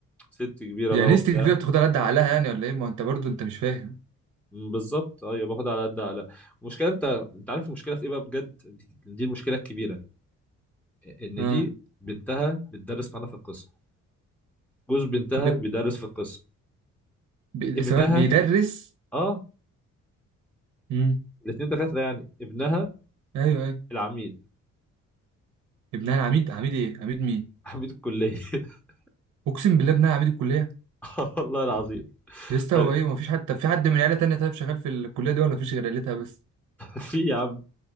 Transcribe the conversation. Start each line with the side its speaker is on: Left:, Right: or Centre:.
Centre: ست كبيره
Right: يعني
Centre: بقى
Right: نيستك
Centre: وبتاع
Right: كبيرة بتاخدها على قد عقلها يعني ولا ايه ما هو انت برضو انت مش فاهم
Centre: مم، بالظبط ايوه باخد على قد على المشكله انت انت عارف المشكله في ايه بقى بجد دي دي المشكله الكبيره ان
Right: اه
Centre: دي بنتها بتدرس معانا في القسم جوز بنتها
Right: ب...
Centre: بيدرس في القسم
Right: ب...
Centre: ابنها
Right: سواء بيدرس
Centre: اه
Right: امم
Centre: الاثنين دكاتره يعني ابنها
Right: ايوه ايوه
Centre: العميد
Right: ابنها العميد عميد ايه عميد مين
Centre: عميد الكليه <laughs>
Right: اقسم بالله ابنها عميد الكليه
Centre: آه، والله العظيم <laughs>
Right: يا اسطى
Centre: ف-
Right: هو ايه ما فيش حتى في حد من عيله تانية طيب شغال في الكليه دي ولا فيش غير عيلتها بس
Centre: في يا عم